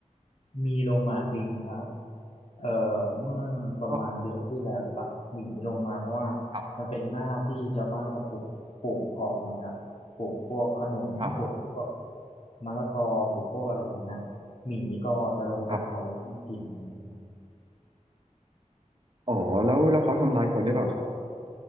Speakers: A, on the left (about 50°); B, on the right (about 40°).
A: มีลงมาจริงครับเอ่อเมื่อประมาณเดือนที่แล้วหรือเปล่าหมีลงมาเพราะว่า
B: อ๋อครับ
A: มันเป็นหน้าที่ชาวบ้านก็ปลูกปลูกของนะครับปลูกพวกขนุนปลูกพวก
B: ครับ
A: มะละกอปลูกพวกอะไรอย่างเงี้ยหมีก็จะลงจากเขาแล้วมากินอะไรอย่างเงี้ย
B: ครับ อ๋อแล้วแล้วเขาทำร้ายคนหรือเปล่าครับ